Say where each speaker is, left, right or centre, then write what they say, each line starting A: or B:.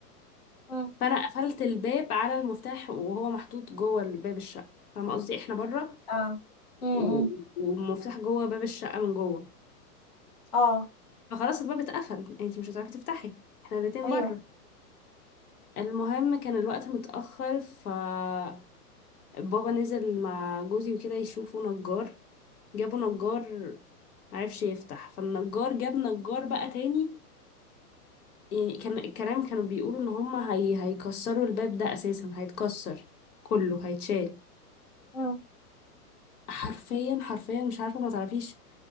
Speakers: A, on the left (about 30°); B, on the left (about 65°).
A: مم.
B: فانا قفلت الباب على المفتاح وهو محطوط جوه الباب الشقة فاهمة قصدي احنا بره
A: اه امم
B: و- والمفتاح جوه باب الشقة من جوه
A: اه
B: فخلاص الباب اتقفل انتي مش هتعرفي تفتحي احنا الاتنين
A: ايوه
B: بره المهم كان الوقت متأخر فبابا نزل مع جوزي وكده يشوفوا نجار جابوا نجار معرفش يفتح فالنجار جاب نجار بقى تاني يعني كان الكلام كانوا بيقولوا ان هما هي... هيكسروا الباب ده اساسا هيتكسر كله هيتشال
A: مم.
B: حرفيا حرفيا مش عارفه ما تعرفيش